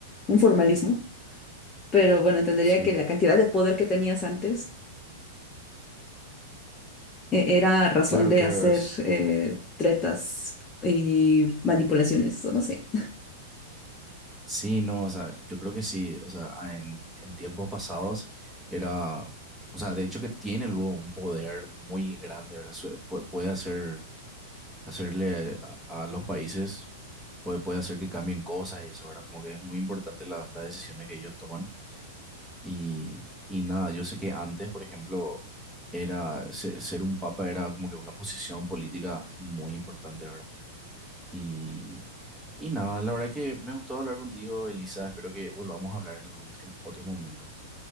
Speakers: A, on the left (about 20°); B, in the centre.
A: un formalismo, pero bueno, entendería
B: Sí.
A: que la cantidad de poder que tenías antes eh, era razón
B: Claro,
A: de
B: claro,
A: hacer
B: es.
A: eh, tretas y manipulaciones, o no sé.
B: Sí, no, o sea, yo creo que sí, o sea, a- en, en tiempos pasados era, o sea, de hecho que tiene luego un poder muy grande, ¿verdad? Su- pu- Puede hacer, hacerle a, a los países, puede, puede hacer que cambien cosas y eso, ¿verdad? Como que es muy importante la- las decisiones que ellos toman. Y, y nada, yo sé que antes, por ejemplo, era, se- ser un papa era como que una posición política muy importante, ¿verdad? Y, y nada, la verdad que me gustó hablar contigo, Elisa. Espero que volvamos a hablar en algún otro, otro momento.